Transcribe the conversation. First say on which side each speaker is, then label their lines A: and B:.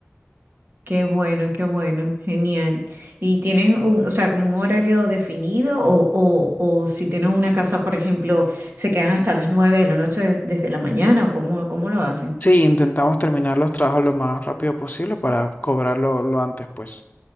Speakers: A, on the right; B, on the left.
A: Qué bueno, qué bueno, genial. ¿Y tienen un, o sea, como un horario definido o, o, o si tienen una casa, por ejemplo, se quedan hasta las 9 de la noche desde la mañana o cómo, cómo lo hacen?
B: Sí, intentamos terminar los trabajos lo más rápido posible para cobrarlo lo antes, pues.